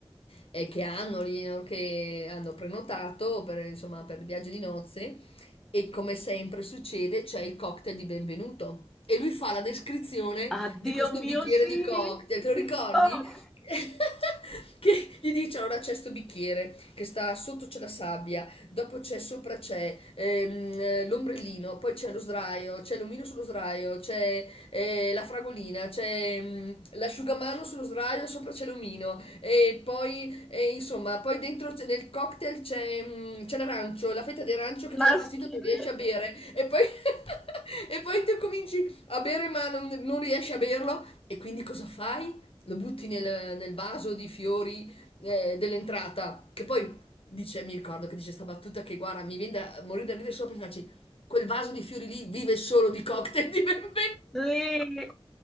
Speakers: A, on the left; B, in the centre.
A: eh, che hanno lì, no, che hanno prenotato per, insomma, per il viaggio di nozze e come sempre succede c'è il cocktail di benvenuto e lui fa la descrizione
B: Addio
A: di questo
B: mio
A: bicchiere
B: sì,
A: di cocktail, te lo
B: il
A: ricordi?
B: pop,
A: <laughs> Che gli dice allora c'è sto bicchiere che sta sotto c'è la sabbia dopo c'è sopra c'è ehm, eh, l'ombrellino, poi c'è lo sdraio, c'è l'omino sullo sdraio, c'è eh, la fragolina, c'è mm, l'asciugamano sullo sdraio, sopra c'è l'omino e poi e insomma, poi dentro c'è- nel cocktail c'è mm, c'è l'arancio, la fetta di arancio che ti
B: la
A: dà fastidio,
B: schifezza,
A: non riesci a bere e poi <laughs> e poi tu cominci a bere ma non, non riesci a berlo e quindi cosa fai? Lo butti nel, nel vaso di fiori eh, dell'entrata, che poi Dice, mi ricordo che dice sta battuta che guarda, mi viene da morire da ridere solo perché dice, quel vaso di fiori lì vive solo di cocktail di benvenuto.
B: sì.